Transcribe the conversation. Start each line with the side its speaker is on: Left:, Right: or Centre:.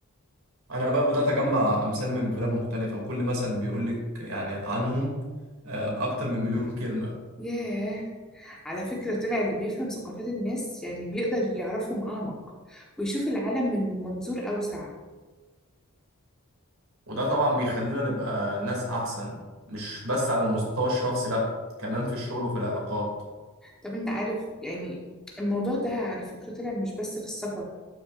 Right: انا بقى بدات اجمع امثال من بلاد مختلفه وكل مثل بيقول لك يعني عنهم آه، اكتر من مليون كلمه
Centre: ياه على فكرة طلع اللي بيفهم ثقافات الناس يعني بيقدر يعرفهم أعمق ويشوف العالم من منظور أوسع
Right: وده طبعا بيخلينا نبقى ناس احسن مش بس على المستوى الشخصي لا كمان في الشغل وفي العلاقات
Centre: طب أنت عارف يعني الموضوع ده على فكرة طلع مش بس في السفر